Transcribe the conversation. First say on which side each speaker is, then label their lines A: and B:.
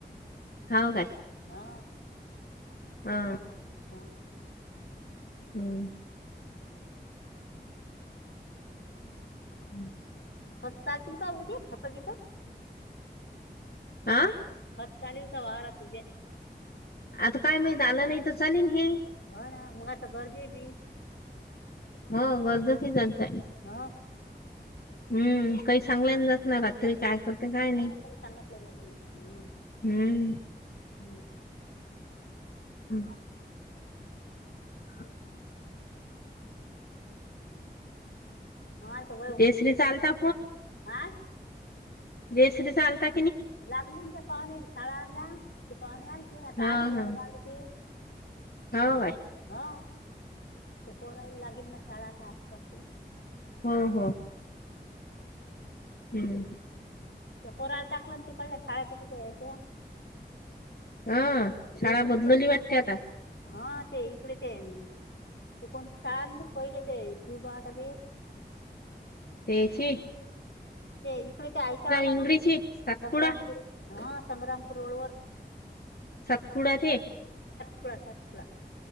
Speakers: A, on the left; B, on the left.
A: हव काय
B: हा
A: हा.
B: <inaudible>
A: हम्म. हम्म.
B: खतल का होद्या खत केत
A: आह
B: पत् चास का वाार तूुझ्या
A: आता काय माहित आलं नाही तर चालेल हे
B: हो ना मग आता बरजे भी
A: हो गरजचि चालतंय
B: आा
A: हम्म काही सांगल्यान जात ना रात्री काय करते काय नाही
B: हा काही सांगतलं जात नाही
A: हम्म
B: हम्
A: हम्म <inaudible>
B: हा तल
A: जयश्रीचा आलता
B: आं <unintelligible>
A: जसरी चालता
B: लागली त्या पाहुणे खळाला ते पाहुणे आल ते आता
A: हा
B: आली गळगल
A: हा
B: ते <unintelligible>
A: हो बाय
B: हो ते पोरायला लागेल ना शाळा आता आसपासून
A: हो हो हम्म
B: पोराला टाकलं ती कळल्या शाळत याच्या
A: हा
B: जयश्रीच्या
A: शाळा बदलेली वाट त्याता
B: हा ते इकडे ते तेहे म ते कोण सार पहिले ते सुुभातध ते
A: तेची
B: ते इकडे ते आईच्यावर आहे
A: इंगळेची
B: ना
A: सातपुडा
B: संग्रामपूर हा संग्रामपूर रोड वर
A: सातपुडा ते
B: सपळा साातपळा